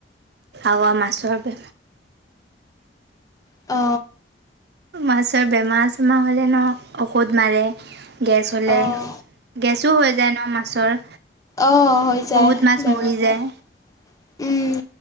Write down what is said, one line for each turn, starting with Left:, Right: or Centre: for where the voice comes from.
Right: আৱা মাছৰ
Left: অ
Right: মাছৰ বেমাৰ চেমাৰ হ'লে ন' ঔষধ মাৰে গেছ হ'লে।
Left: অঁ
Right: গেছো হৈ যায় ন মাছৰ।
Left: অ হৈ যায়
Right: বহুত মাছ
Left: ব্যৱসায়
Right: মৰি যায়
Left: উম।